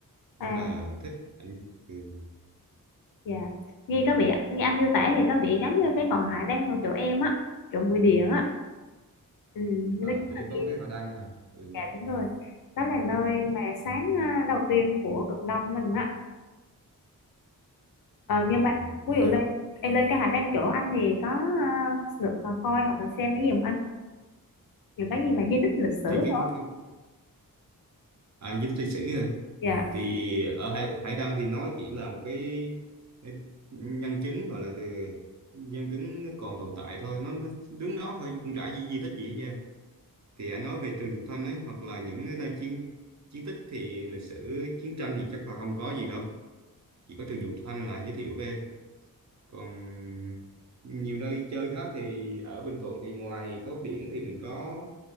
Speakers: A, on the left (about 70°); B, on the right (about 50°).
A: à
B: rất là thích anh ừ.
A: Dạ, Nghe có vẻ nghe anh miêu tả thì có vẻ giống như cái ngọn hải đang ngồi chỗ em á, chỗ mũi điện á. Ừ, nó
B: à
A: là
B: chỗ em có
A: kia.
B: cái hải đăng hả ừ.
A: Dạ đúng rồi. Đó là nơi mà sáng à, đầu tiên của cực đông mình á. Ờ, nhưng
B: à,
A: mà ví dụ
B: chắc
A: lên
B: là
A: em lên cái hải đăng chỗ anh thì có à, được à, coi hoặc là xem cái gì không anh? Những cái gì mà di tích lịch sử
B: thì cái,
A: thôi.
B: cái à di tích lịch sử à.
A: Dạ.
B: thì ở hải, hải đăng thì nó chỉ là một cái cái nhân chứng gọi là cái nhân chứng còn tồn tại thôi nó, nó đứng đó thôi chứ cũng chả di, di tích gì hết trơn. thì anh nói về Trường Thục Thanh ấy hoặc là những nơi chiến chiến tích thì lịch sử chiến tranh thì chắc là không có gì đâu chỉ có Trường Thục Thanh là giới thiệu về còn nhiều nơi chơi khác thì ở Bình Thuận thì ngoài có biển thì mình có